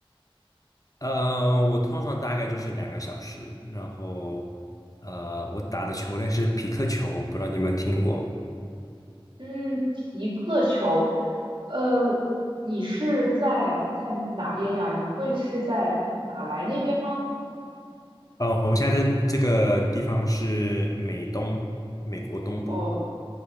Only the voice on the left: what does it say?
呃，我通常大概就是两个小时，然后呃，我打的球类是匹克球，不知道你有没有听过？
呃，我现在在这个地方是美东，美国东部，